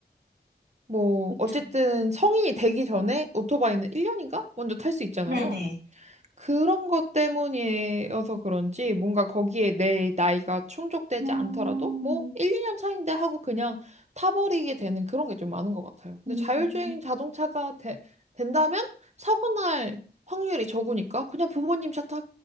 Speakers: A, on the right; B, on the right.
A: 뭐,
B: 그쵸.
A: 어쨌든 성인이 되기 전에 오토바이는 1년인가? 먼저 탈 수 있잖아요.
B: 네네.
A: 그런 것 때문이어서 그런지 뭔가 거기에 내 나이가 충족되지
B: 음,
A: 않더라도 뭐 1, 2년 차인데 하고 그냥 타버리게 되는 그런 게 좀 많은 것 같아요. 근데
B: 음,
A: 자율주행 자동차가 되- 된다면 사고 날 확률이 적으니까 그냥 부모님 차 타